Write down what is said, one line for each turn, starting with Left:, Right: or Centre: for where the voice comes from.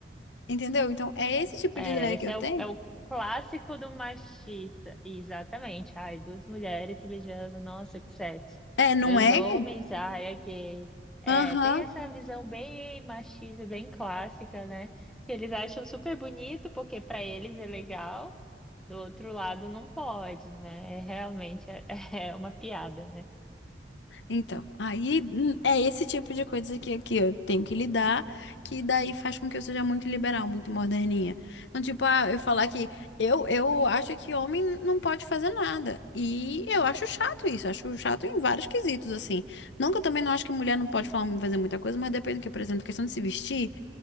Left: Entendeu? Então, é esse tipo
Centre: É,
Left: de ideia
Centre: esse
Left: que eu
Centre: é
Left: tenho.
Centre: o, é o clássico do machista. Exatamente. Ai, duas mulheres se beijando, nossa, que sexo.
Left: É, não
Centre: Dois
Left: é
Centre: homens,
Left: gay?
Centre: ai, é gay. É,
Left: Aham.
Centre: tem essa visão bem machista, bem clássica, né? Que eles acham super bonito, porque para eles é legal, do outro lado não pode, né? É realmente é, <laughs> é uma piada, né?
Left: Então, aí hum, é esse tipo de coisa que, que eu tenho que lidar, que daí faz com que eu seja muito liberal, muito moderninha. Então, tipo, ah, eu falar que eu, eu acho que homem não pode fazer nada. E eu acho chato isso, acho chato em vários quesitos, assim. Não que eu também não acho que mulher não pode falar, fazer muita coisa, mas depende do que, por exemplo, questão de se vestir.